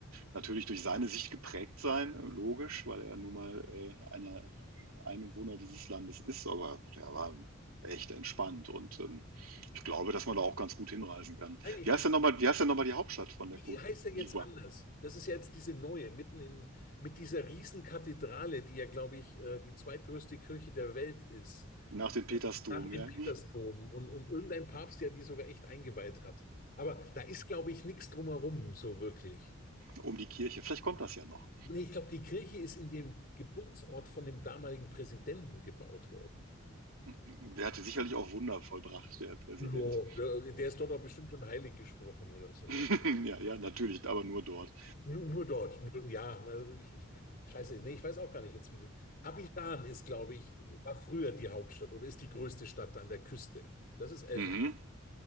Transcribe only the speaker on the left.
Nein, ich,
ich,
wie
heißt er jetzt
anders? Das ist ja jetzt diese neue, mitten im, mit dieser Riesenkathedrale, die ja, glaube ich, äh, die zweitgrößte Kirche der Welt ist,
nach dem
Petersdom und, und irgendein Papst, der die sogar echt eingeweiht hat. Aber da ist, glaube ich, nichts drumherum, so wirklich.
Nee, ich glaube, die Kirche ist in dem Geburtsort von dem damaligen Präsidenten gebaut worden.
Ja, der, der ist dort auch bestimmt schon heilig gesprochen oder sowas.
Nur, nur dort. Nur, ja, also ich, ich, scheiße, nee, ich weiß auch gar nicht jetzt, wie das. Abidjan ist, glaube ich, war früher die Hauptstadt oder ist die größte Stadt an der Küste. Das ist Elfenbein.